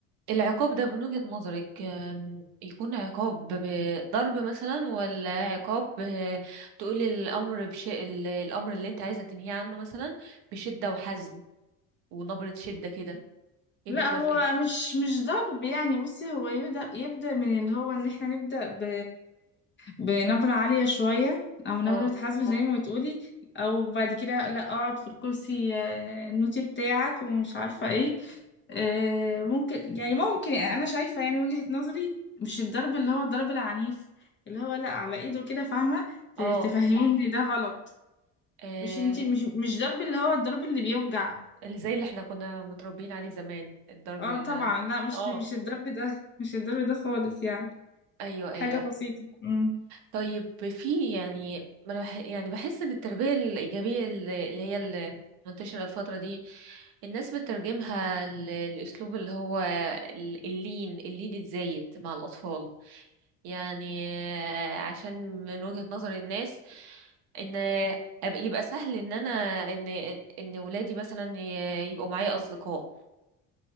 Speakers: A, on the right; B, on the left.
A: العقاب ده من وجهة نظرك أم، يكون عقاب بضرب مثلا ولا عقاب أه، تقولي الأمر بش... ال- الأمر اللي انت عايزة تنهيه عنه مثلا بشدة وحزم ونبرة شدة كده ايه
B: لا
A: بتوافقي
B: هو مش مش ضرب يعني بصي هو يبدأ يبدأ من اللي هو ان احنا نبدأ ب... بنبرة عالية شوية او نبرة
A: اه
B: حزم زي ما بتقولي او بعد كده لا اقعد في الكرسي آه، النوتي بتاعك ومش عارفة ايه آه، ممكن يعني ممكن انا شايفة يعني وجهة نظري مش الضرب اللي هو الضرب العنيف اللي هو لا على ايده كده فاهمة ت-
A: اه
B: تفهميني ده غلط
A: آه،
B: مش انتي مش مش ضرب اللي هو الضرب اللي بيوجع
A: اللي زي اللي احنا كنا متربيين عليه زمان الضرب
B: اه
A: ال
B: طبعا لا مش
A: اه
B: مش الضرب ده مش الضرب ده خالص يعني
A: ايوه ايوه
B: حاجة بسيطة امم
A: طيب في يعني ما انا بح يعني بحس ان التربية الإيجابية اللي اللي هي المنتشرة الفترة دي الناس بتترجمها ل- لأسلوب اللي هو ال- اللين اللين الزايد مع الأطفال يعني آه، عشان من وجهة نظر الناس ان أب- يبقى سهل ان انا ان ان ولادي مثلا ي- يبقوا معايا اصدقاء